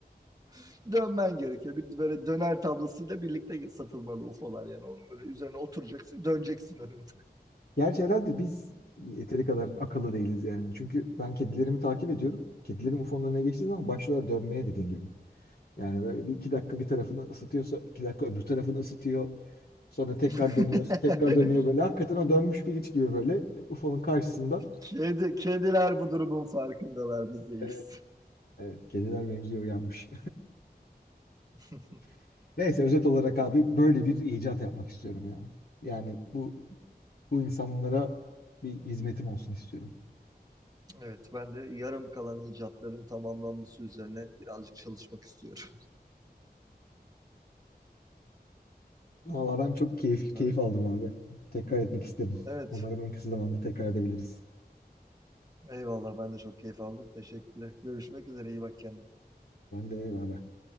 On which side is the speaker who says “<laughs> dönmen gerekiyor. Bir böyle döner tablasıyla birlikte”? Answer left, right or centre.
Right